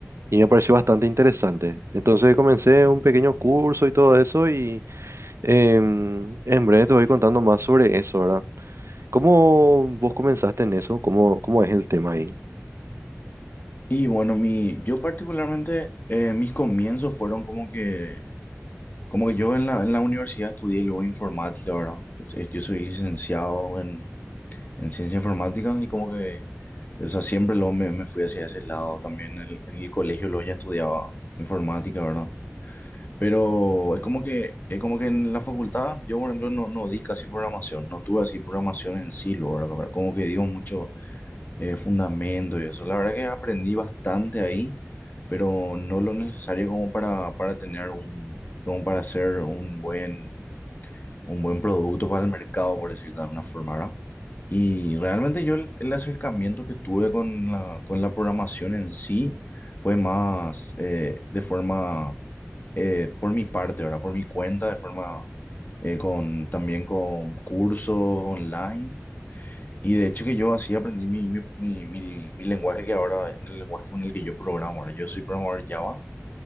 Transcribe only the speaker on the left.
Y bueno, mi, yo particularmente, eh, mis comienzos fueron como que, como que yo en la, en la universidad estudié luego informática, ¿verdad? Pues, eh, Yo soy licenciado en, en ciencia informática y como que, o sea, siempre luego me, me fui hacia ese lado. También en el, en el colegio luego ya estudiaba informática, ¿verdad? Pero es como que, es como que en la facultad, yo por ejemplo no, no di casi programación, no tuve así programación en sí, luego, ¿verdad? Como como que dio mucho eh, fundamento y eso. La verdad que aprendí bastante ahí, pero no lo necesario como para, para tener un, como para hacer un buen, un buen producto para el mercado, por decirlo de alguna forma, ¿verdad? Y realmente yo el, el acercamiento que tuve con la, con la programación en sí fue más eh, de forma eh, por mi parte, ¿verdad? Por mi cuenta, de forma eh, con también con cursos online. Y de hecho que yo así aprendí mi, mi, mi, mi- mi lenguaje que ahora, en el lenguaje con el que yo programo, ¿verdad? Yo soy programador Java